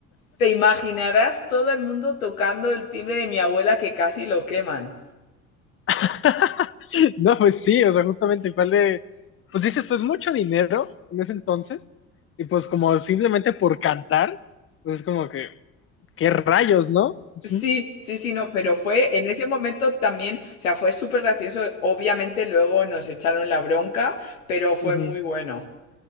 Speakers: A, on the left; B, on the left.
A: Te imaginarás todo el mundo tocando el timbre de mi abuela que casi lo queman.
B: <laughs> No, pues sí, o sea, justamente cuál de, pues dices, esto es mucho dinero en ese entonces, y pues como simplemente por cantar, pues es como que, qué rayos, ¿no? Ujú,
A: Sí, sí, sí, no, pero fue en ese momento también, o sea, fue súper gracioso. Obviamente luego nos echaron la bronca, pero fue
B: ujú.
A: muy bueno.